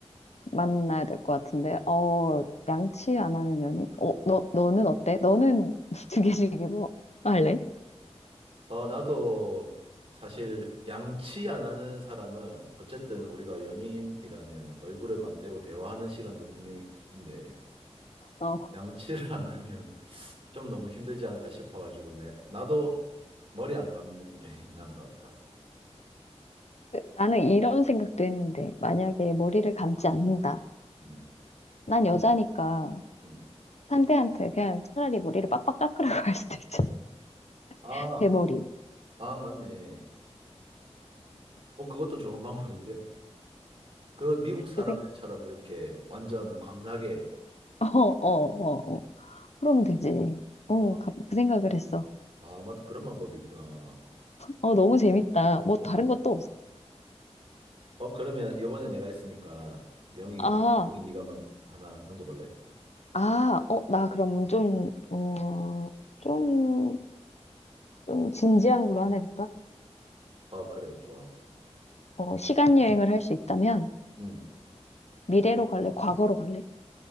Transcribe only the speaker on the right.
어, 나도 사실 양치 안 하는 사람은 어쨌든 우리가 연인이라면 얼굴을 맞대고 대화하는 시간도 분명히 있을 텐데
양치를 <laughs> 안 하면 좀 너무 힘들지 않을까 싶어가지고 내, 나도 머리 안 감는 <laughs> 연인이 나은 것 같다.
음,
음.
아,
아, 맞네. 어, 그것도 좋은 방법인데. 그 미국 사람들처럼
이렇게 완전 광나게.
아,
아, 맞다. 그런 방법이 있구나.
어,
어, 그러면 이번에 내가 했으니까 영희가
영희 네가 먼 하나 던져볼래?
어, 그래, 좋아.
음.